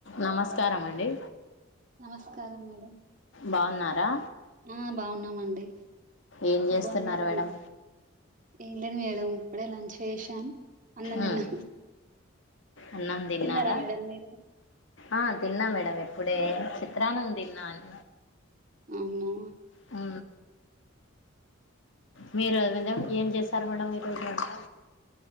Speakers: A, on the left; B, on the right.
A: నమస్కారము అండి
B: నమస్కారం మేడం
A: బాగున్నారా
B: ఆ బాగున్నామండి
A: ఏం చేస్తున్నారు
B: బాగున్నారండి
A: మేడం
B: ఏం లేదు మేడం ఇప్పుడే లంచ్ చేసాం అన్నం తిన్న
A: ఉమ్ అన్నం తిన్నారా
B: తిన్నరా మేడం మీరు
A: ఆ తిన్నాము మేడం ఇప్పుడే చిత్రాన్నాము తిన్నాను
B: అవునా
A: ఆ మీ రోజు మీరు ఏం చేసరు మేడం ఈ రోజు అంత